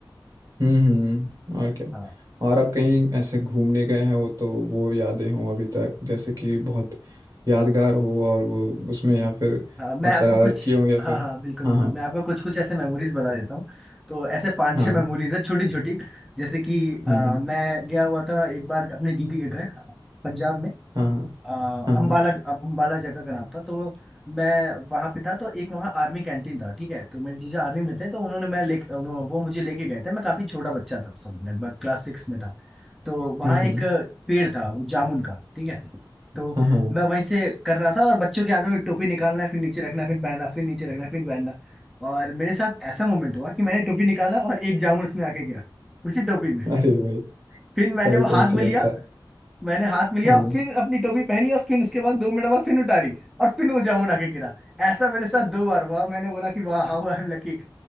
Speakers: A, on the right; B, in the centre.
A: हम्म हम्म, और क्या
B: हाँ
A: और आप कहीं ऐसे घूमने गए हैं वो तो वो यादें हों अभी तक जैसे कि बहुत यादगार हो और वो उसमें या फिर
B: हाँ मैं
A: आप शरारत
B: आपको कुछ
A: किए हो या
B: हाँ
A: फिर
B: हाँ बिल्कुल
A: हाँ
B: बिल्कुल
A: हाँ
B: मैं आपको कुछ कुछ ऐसे मेमोरीज बता देता हूँ तो ऐसे पांच
A: हाँ
B: छह मेमोरीज है छोटी छोटी जैसे कि अ,
A: हम्म हम्म
B: मैं गया हुआ था एक बार अपने दीदी के घर पंजाब में
A: हाँ
B: आ,
A: हाँ
B: अम्बाला
A: हाँ हाँ
B: अम्बाला जगह का नाम था तो मैं वहां पे था तो एक वहाँ आर्मी कैंटीन था ठीक है तो मेरे जीजा आर्मी में थे तो उन्होंने मैं ले उन्हों- वो मुझे लेके गए थे मैं काफी छोटा बच्चा था उस समय लगभग क्लास सिक्स में था तो वहाँ
A: हम्म हम्म,
B: एक अ, पेड़ था वो जामुन का ठीक है तो
A: हाँ हाँ
B: मैं वहीं से कर रहा था और बच्चों के हाथों में टोपी निकालना फिर नीचे रखना फिर पहनना फिर नीचे रखना फिर पहनना और मेरे साथ ऐसा मोमेंट हुआ कि मैंने टोपी निकाला और एक जामुन उसमें आके गिरा उसी टोपी में
A: अरे भाई
B: फिर मैंने
A: क्या ही
B: वो हाथ
A: कोइंसिडेंस
B: में लिया
A: है
B: मैंने हाथ मिलिया
A: हाँ हाँ,
B: और फिर अपनी टोपी पहनी और फिर उसके बाद दो मिनट बाद फिर उतारी और फिर वो जामुन आके गिरा ऐसा मेरे साथ दो बार हुआ मैंने बोला कि वाह हाउ आई एम लकी